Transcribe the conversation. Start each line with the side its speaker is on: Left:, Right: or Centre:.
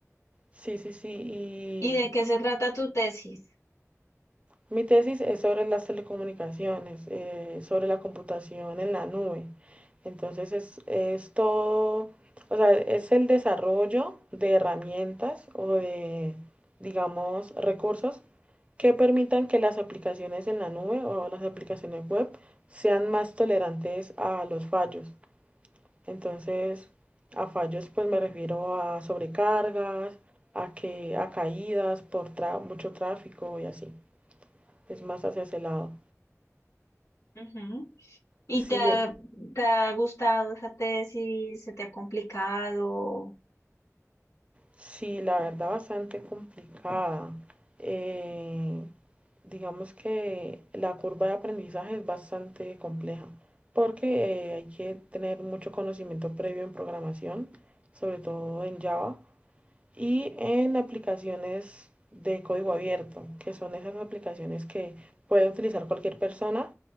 Right: sí, sí, sí.
Left: ¿Y de qué se trata tu tesis?
Right: Mi tesis es sobre las telecomunicaciones, eh, sobre la computación en la nube. Entonces es, es todo, o sea, es el desarrollo de herramientas o de, digamos, recursos que permitan que las aplicaciones en la nube o las aplicaciones web sean más tolerantes a los fallos. Entonces, a fallos pues me refiero a sobrecargas, a que a caídas por tra- mucho tráfico y así es más hacia ese lado.
Left: Ujú. ¿Y
Right: Sí,
Left: te ha, te ha gustado esa tesis? ¿Se te ha complicado?
Right: sí, la verdad bastante complicada. Eh, digamos que la curva de aprendizaje es bastante compleja porque eh, hay que tener mucho conocimiento previo en programación, sobre todo en Java y en aplicaciones de código abierto, que son esas aplicaciones que puede utilizar cualquier persona